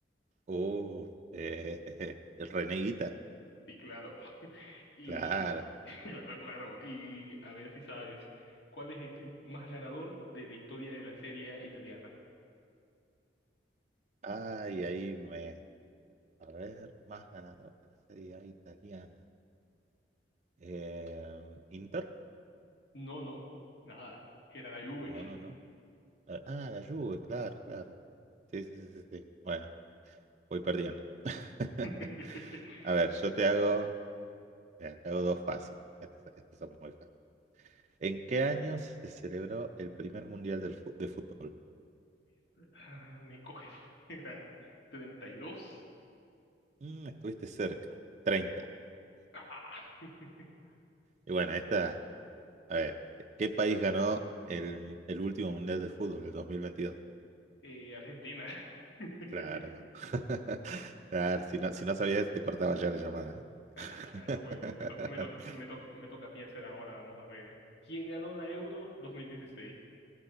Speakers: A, on the right (about 40°); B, on the left (about 75°).
A: Uh, eh, <laughs> el Reneguita.
B: Sí, claro. <laughs> Y
A: Claro,
B: <laughs> claro, claro. Y a ver si sabes, ¿cuál es el club más ganador de la historia de la Serie italiana?
A: Ay, ahí me. A ver, más ganador de la Serie A italiana. Eh, ¿Inter?
B: No, no, nada. Era la Juve.
A: No, no, no. Ah, la Juve, claro, claro. Sí, sí, sí, sí. sí. Bueno, voy perdiendo. <laughs>
B: <laughs>
A: A ver, yo te hago, mira, te hago dos fáciles. Estos, estos son muy fáciles. ¿En qué año se celebró el primer mundial del fu- de fútbol?
B: Ah, Me coges. <laughs> Era 32.
A: Mm, estuviste cerca. treinta
B: Ah, <laughs>
A: Y bueno, esta, a ver, ¿qué país ganó el, el último mundial de fútbol, el 2022?
B: eh, Argentina. <laughs>
A: Claro. <laughs> Claro, si no, si no sabías, te cortaba ya la llamada.
B: Ah,
A: ¿eh?
B: bueno, me, to- me toca, me
A: <laughs>
B: toca, me toca a mí hacer ahora, vamos a ver. ¿Quién ganó la Euro 2016?